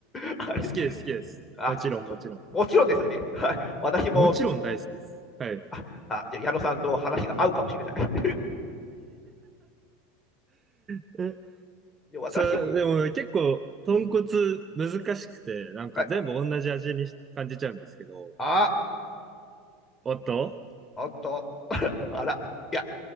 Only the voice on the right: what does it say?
好きです、好きです。
もちろん、
もちろん。
もちろん大好きです。はい。
え
それ、でも結構、豚骨
難しくて、
なんか全部同じ味に感じちゃうんですけど。
おっと